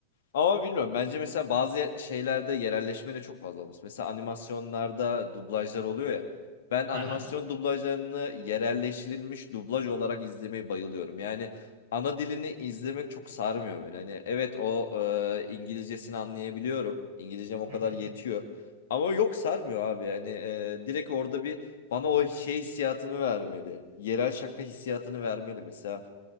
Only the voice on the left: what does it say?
Ama bilmiyorum. Bence mesela bazı ye- şeylerde yerelleşme de çok fazla olması. Mesela animasyonlarda dublajlar oluyor ya. Ben animasyon
dublajlarını yerelleştirilmiş dublaj olarak izlemeyi bayılıyorum. Yani ana dilini izlemek çok sarmıyor beni. Hani evet o e, İngilizcesini anlayabiliyorum. İngilizcem o kadar
yetiyor. Ama yok sarmıyor abi. Yani e, direkt orada bir bana o şey hissiyatını vermeli. Yerel şaka hissiyatını vermeli mesela.